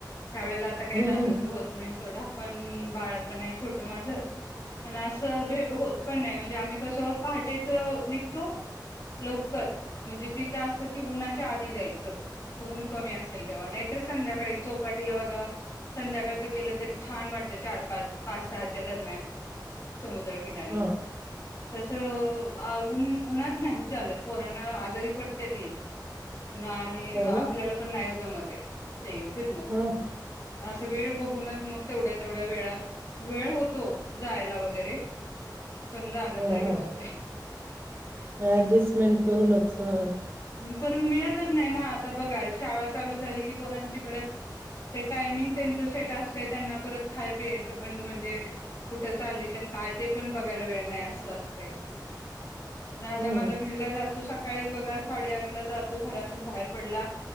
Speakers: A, on the left (about 50°); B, on the right (about 30°).
A: हयावेळेला आता काही
B: हम्म
A: जाणचं
B: हम्म
A: होत नाही थोडा पण बाळ पण आहे छोटं माझं पण असं भेट होत पण नाही म्हणजे आम्ही कसं पहाटेच निघतो लवकरच म्हणजे तिथं असं की उन्हाच्या आधी जायचं ऊन कमी असेल तेव्हा नाहीतर संध्याकाळी चौपाटीला बघा संध्याकाळचं गेलं तरी छान वाटतं चार पाच पाच सहाच्या दरम्यान समुद्र किनारी
B: हा
A: तसं उन उन्हात नाही चालत पोरांना आजारी पडतेती. आणि
B: हो
A: आपल्याला
B: ना
A: पण नाही जमते फिरण
B: हा
A: असं वेळ बघूनच मग तेवढ्या तेवढ्या वेळात वेळ होतो जायला वगैरे पण जाणतरी
B: हा हा
A: होतेयं.
B: ऍडजस्टमेंट करूनच ह.
A: पण मिळतच नाही ना आता बघा शाळा चालू झाली की पोरांची परत टायमिंग त्यांच सेट असत त्यांना परत खाय पियचं पण म्हणजे कुठं चालली तेन काय ते पण बघायला वेळ नाय असं असतय नाही
B: हम्म
A: आता माझा मुलगा जा तो सकाळी बघा साडे आठला जातो घरातून बाहेर पडला